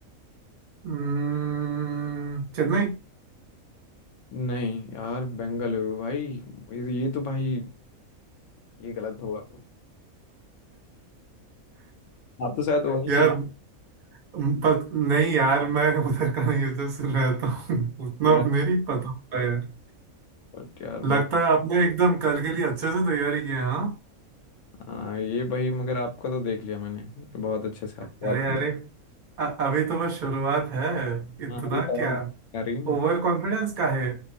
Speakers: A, on the right; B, on the left.
A: हम्म, चेन्नई
B: नहीं यार बेंगलुरु भाई ये ये तो भाई ये गलत होगा <laughs> आप तो शायद वही
A: यार
B: के
A: म, पत, नहीं यार मैं उधर का नहीं उधर से रहता हूँ <laughs> उतना
B: हैं
A: मेरी पता होता है यार
B: बट यार
A: लगता
B: बहुत
A: है आपने एकदम कल के लिए अच्छे से तैयारी की है हाँ
B: हाँ ये भाई मगर आपका तो देख लिया मैंने तो बहुत अच्छे से आपको
A: अरे
B: बात किया।
A: अरे अ- अभी तो बस शुरुआत है इतना
B: हाँ अभी तो
A: क्या
B: और आ रही
A: ओवर कॉन्फिडेंस का है